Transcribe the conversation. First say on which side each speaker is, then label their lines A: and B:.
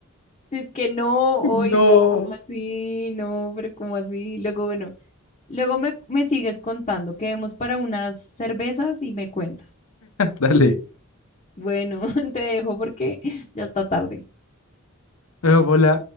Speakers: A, on the left (about 30°); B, on the left (about 80°).
A: Es que no,
B: no.
A: hoy no, ¿cómo así? No, pero ¿cómo así? Luego, bueno, luego me, me sigues contando, quedemos para unas cervezas y me cuentas.
B: Dale.
A: Bueno, <laughs> te dejo porque ya está tarde.
B: Hola,